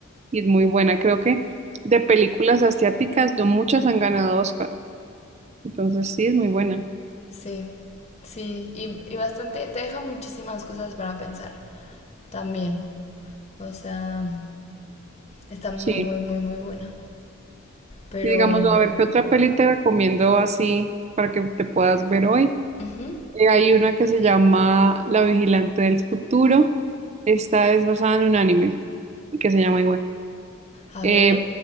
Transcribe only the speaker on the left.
Sí, sí, y, y bastante, te deja muchísimas cosas para pensar también. O sea, está muy,
muy, muy, muy buena. Pero,
ujú,
a
ver,